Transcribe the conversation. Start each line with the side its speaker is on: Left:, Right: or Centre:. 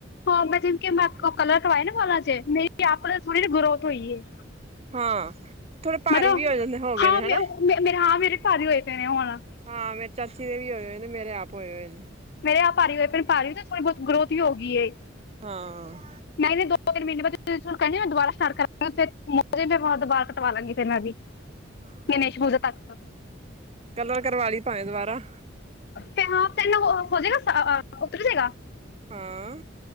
Left: ਹਾਂ ਮੈਂ ਜਿਨ ਕਿ ਮੈਂ ਕਲਰ ਕਰਵਾਏ ਨਾ ਵਾਲਾ ਚੇ ਮੇਰੀ ਆਪ
Right: ਹਾਂ
Left: ਥੋੜੀ ਜੀ ਗਰੋਥ ਹੋਈ ਹੈ।
Right: ਹਾਂ। ਥੋੜੇ ਭਾਰੀ
Left: ਮਤਲਬ
Right: ਵੀ ਹੋ ਜਾਂਦੇ ਹੋ ਗਏ
Left: ਹਾਂ
Right: ਨੇ
Left: ਮੇਰੇ
Right: ਹਨਾ
Left: ਮੇ ਮੇਰੇ ਹਾਂ ਮੇਰੇ ਭਾਰੀ ਹੋਏ ਪਏ ਨੇ ਹੁਣ।
Right: ਹਾਂ ਮੇਰੇ ਚਾਚੀ ਦੇ ਵੀ ਹੋਏ ਹੋਏ ਨੇ। ਮੇਰੇ ਆਪ ਹੋਏ ਹੋਏ ਨੇ।
Left: ਮੇਰੇ ਆਪ ਭਾਰੀ ਹੋਏ ਪਏ ਨੇ ਭਾਰੀ ਤੇ ਥੋੜੀ ਬਹੁਤ ਗਰੋਥ ਵੀ ਹੋ ਗਈਏ ਹੈ।
Right: ਹਾਂ।
Left: ਨਹੀਂ ਨਹੀਂ ਦੋ ਤਿੰਨ ਮਹੀਨੇ ਬਾਅਦ ਕਹਿੰਦੇ ਮੈਂ ਦੁਬਾਰਾ ਸਟਾਰਟ ਕਰਾਂ ਫਿਰ ਮ ਫ ਮੈਂ <inaudible> ਵਾਲ਼ ਦੁਬਾਰਾ ਕਟਵਾ ਲਾਂਗੀ ਫਿਰ ਮੈਂ ਵੀ।
Right: ਹਾਂ
Left: ਗਣੇਸ਼ ਪੂਜਾ ਤਕ।
Right: ਕਲਰ ਕਰਵਾ ਲਈ ਪਾਵੇਂ ਦੁਬਾਰਾ।
Left: ਫਿਰ ਹਾਂ ਫ਼ਿਰ ਨਾ ਹੋ ਜਾਏਗਾ ਉਤਰ ਜੇਗਾ।
Right: ਹਾਂ।